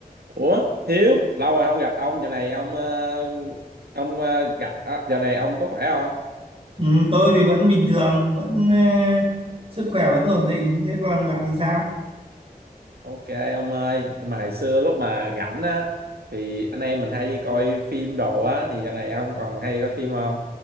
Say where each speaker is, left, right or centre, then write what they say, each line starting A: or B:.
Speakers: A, on the right; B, on the right.
A: Ủa Hiếu lâu rồi không gặp ông giờ này ông ờ, ông ờ, gặp à, giờ này ông có khỏe không
B: Ừ, tôi thì vẫn bình thường, vẫn ờ, sức khỏe vẫn ổn định. Thế còn bạn thì sao?
A: Ok ông ơi nhưng mà hồi xưa lúc mà rảnh á thì anh em mình hay đi coi phim đồ á thì giờ này ông còn hay đi coi phim không